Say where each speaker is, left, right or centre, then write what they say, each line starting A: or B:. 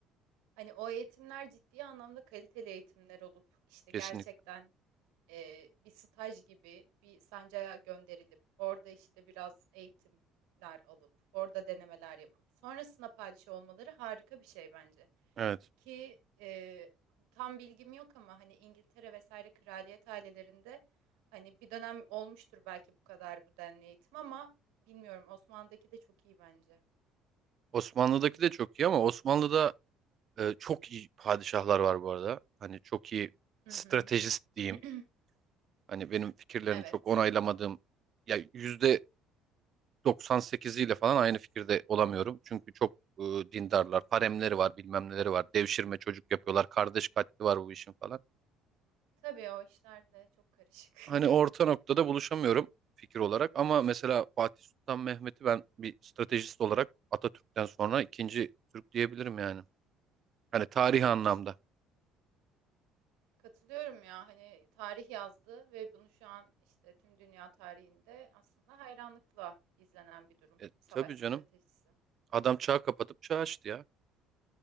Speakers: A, on the right; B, on the right.
A: Hani o eğitimler ciddi anlamda kaliteli eğitimler olup işte
B: kesinlikle.
A: gerçekten e, bir staj gibi bir sancağa gönderilip orada işte biraz eğitimler alıp orada denemeler yapıp sonrasında padişah olmaları harika bir şey bence.
B: Evet.
A: Ki e, tam bilgim yok ama hani İngiltere vesaire kraliyet ailelerinde hani bir dönem olmuştur belki bu kadar bu denli eğitim ama bilmiyorum Osmanlı'daki de çok iyi bence.
B: Osmanlı'daki de çok iyi ama Osmanlı'da Ee, çok iyi padişahlar var bu arada. Hani çok iyi
A: Hı
B: stratejist
A: hı.
B: diyeyim.
A: <clears throat>
B: Hani benim fikirlerini
A: Evet.
B: çok onaylamadığım ya yüzde 98'iyle falan aynı fikirde olamıyorum. Çünkü çok e, dindarlar, haremleri var, bilmem neleri var. Devşirme çocuk yapıyorlar, kardeş katli var bu işin falan.
A: Tabii o işler de çok karışık.
B: Hani
A: <laughs>
B: orta noktada buluşamıyorum fikir olarak ama mesela Fatih Sultan Mehmet'i ben bir stratejist olarak Atatürk'ten sonra ikinci Türk diyebilirim yani. Hani tarihi
A: Evet.
B: anlamda.
A: Katılıyorum ya hani tarih yazdı ve bunu şu an işte tüm dünya tarihinde aslında hayranlıkla izlenen bir durum.
B: E,
A: Savaş
B: tabii
A: stratejisi.
B: canım. Adam çağ kapatıp çağ açtı ya.